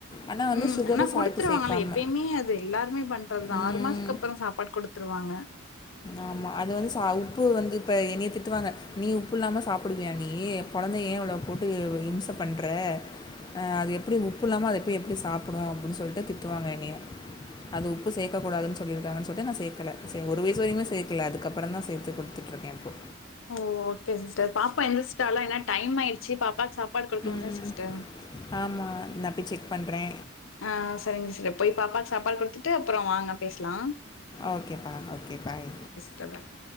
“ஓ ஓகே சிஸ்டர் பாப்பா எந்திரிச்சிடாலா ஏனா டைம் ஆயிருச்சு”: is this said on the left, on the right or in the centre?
Left